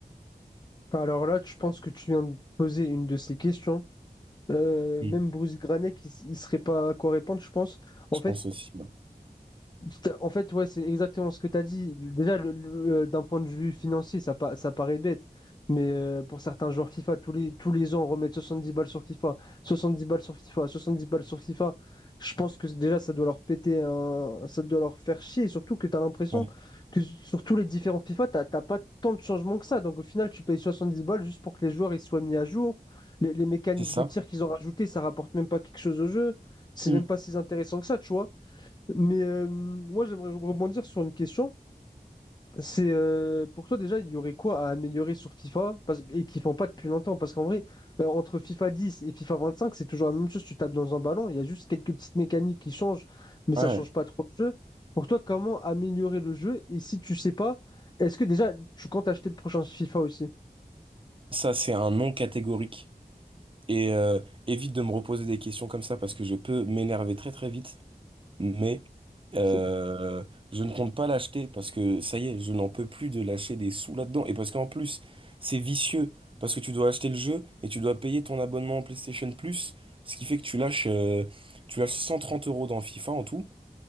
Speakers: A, on the left; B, on the right.
A: Alors là, je pense que tu viens de poser une de ces questions. Euh,
B: Mm.
A: même Bruce Granet, il, s- il serait pas à quoi répondre, je pense. En
B: Je
A: fait,
B: pense aussi. ouais.
A: T'as- En fait, ouais, c'est exactement ce que tu as dit. Déjà, le- le- euh, d'un point de vue financier, ça, pa- ça paraît bête. Mais euh, pour certains joueurs FIFA, tous les, tous les ans, remettre 70 balles sur FIFA, 70 balles sur FIFA, 70 balles sur FIFA, je pense que déjà, ça doit leur péter un... ça doit leur faire chier. Et Surtout que tu as l'impression
B: Ouais.
A: que sur tous les différents FIFA, tu n'as pas tant de changements que ça. Donc au final, tu payes 70 balles juste pour que les joueurs ils soient mis à jour. Les, les mécaniques
B: C'est ça?
A: de tir qu'ils ont rajoutées, ça rapporte même pas quelque chose au jeu. C'est
B: Mm.
A: même pas si intéressant que ça, tu vois. Mais euh, moi, j'aimerais rebondir sur une question. C'est euh, pour toi déjà, il y aurait quoi à améliorer sur FIFA parce, et qu'ils font pas depuis longtemps? Parce qu'en vrai, euh, entre FIFA 10 et FIFA 25, c'est toujours la même chose. Tu tapes dans un ballon, il y a juste quelques petites mécaniques qui changent, mais ça
B: Ouais,
A: change pas trop le jeu. Pour toi, comment améliorer le jeu? Et si tu sais pas, est-ce que déjà tu comptes acheter le prochain FIFA aussi?
B: ça c'est un non catégorique. Et euh, évite de me reposer des questions comme ça parce que je peux m'énerver très très vite. Mais euh,
A: <laughs>
B: je ne compte pas l'acheter parce que ça y est, je n'en peux plus de lâcher des sous là-dedans. Et parce qu'en plus, c'est vicieux parce que tu dois acheter le jeu et tu dois payer ton abonnement en PlayStation Plus, ce qui fait que tu lâches, euh, tu lâches 130 euros dans FIFA en tout.